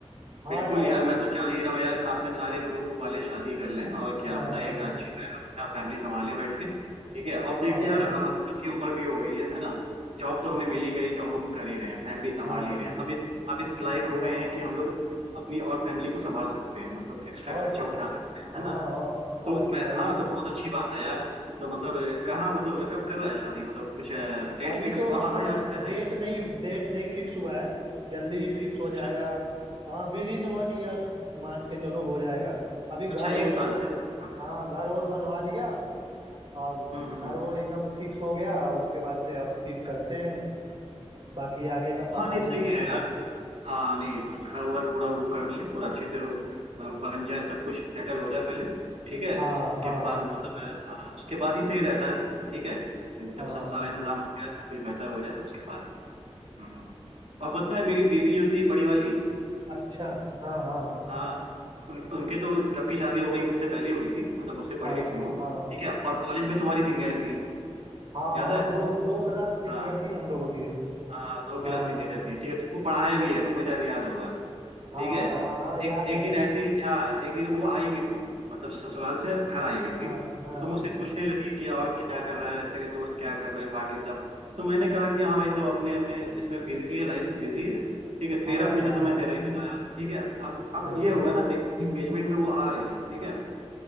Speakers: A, on the right; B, on the right.
A: हाँ
B: बिल्कुल
A: यार
B: यार
A: अब
B: मैं तो चाह ही रहा हूँ यार अपने सारे ग्रुप वाले शादी कर लें और क्या
A: हाँ
B: अपना एक अच्छी अच्छा फैमिली संभाले बैठ के ठीक है
A: हाँ
B: अब देखिए यार
A: और
B: अ,
A: क्या
B: हम लोग की उम्र भी हो गई है है ना जॉब तो हमें मिली गई जॉब हम कर ही रहे हैं फैमिली संभाल
A: हाँ
B: ही रहे हैं अब इस अब इस लायक हो गए हैं कि हम लोग अपनी और फैमिली को संभाल सकते हैं मतलब एक्स्ट्रा
A: और
B: खर्चा
A: क्या
B: उठा सकते हैं
A: हाँ
B: है ना
A: औ, और
B: तो
A: क्या
B: मैं
A: भाई
B: हाँ तो बहुत अच्छी बात है यार तो मतलब अ, कहाँ मतलब कब कर रहा है शादी मतलब कुछ डेट
A: अभी
B: फिक्स
A: तो
B: हुआ
A: मतलब
B: है या फिर
A: डेट
B: नहीं
A: नहीं डेट नहीं फिक्स हुआ है जल्दी ही फिक्स हो
B: अच्छा
A: जाएगा
B: अच्छा
A: हाँ विद इन वन ईयर मान के चलो हो जाएगा अभी घर
B: अच्छा
A: और
B: एक साल
A: बन,
B: है हाँ
A: हाँ घर और बनवा लिया अब
B: हम्म हम्म
A: घर
B: हम्म।
A: और एकदम फिक्स हो गया उसके बाद से अब फिर करते हैं बाकी आगे का पापा
B: हाँ नहीं
A: देख
B: सही
A: रहे
B: है
A: हैं
B: यार हाँ नहीं घर वर पूरा वो कर ले पूरा अच्छे से वो, अ, बन जाए सब कुछ सेटल हो जाए पहले ठीक है
A: हाँ
B: उसके
A: हाँ
B: बाद मतलब अ, उसके बाद ही सही रहता है ठीक है जब
A: हाँ
B: सब सारा इंतजाम हो जाए सब कुछ बेहतर हो जाए उसके बाद ही हम्म। और पता है मेरी दीदी जो थी बड़ी वाली
A: अच्छा हाँ हाँ
B: हाँ उन, उनके तो कब की शादी हो गई मुझसे पहले ही हुई थी मतलब मुझसे बड़ी
A: हाँ
B: थी वो
A: हाँ
B: ठीक है और कॉलेज में तुम्हारी सीनियर थी
A: हाँ
B: याद
A: हाँ
B: है
A: दो दो क्लास सीनियर
B: हाँ
A: थी हम लोगों की
B: हाँ दो क्लास
A: हाँ
B: सीनियर थी ठीक है तुमको पढ़ाया भी है तुमको शायद याद होगा
A: हाँ
B: ठीक है
A: हाँ हाँ याद
B: एक एक
A: है
B: दिन ऐसी हाँ एक दिन वो आई हुई थी मतलब ससुराल से घर आई हुई थी
A: हाँ हाँ
B: तो मुझसे पूछने लगी कि और क्या कर रहा है तेरे दोस्त क्या कर रहे हैं बाकी सब तो मैंने कहा कि हाँ भाई सब अपने अपने इसमें बिजी है लाइफ में बिजी है ठीक है
A: हाँ
B: तेरा पूछा
A: यार
B: तो मैं तेरा ही बताया ठीक है अब अब
A: हाँ
B: ये होगा ना देख इंगेजमेंट में वो आ रही है ठीक है